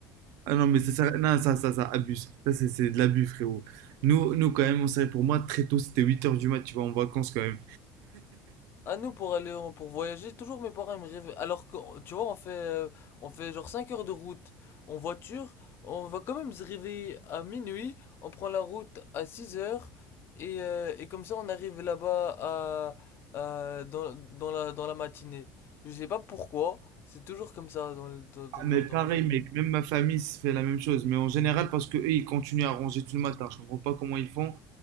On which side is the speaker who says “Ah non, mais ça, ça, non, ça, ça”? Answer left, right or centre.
Right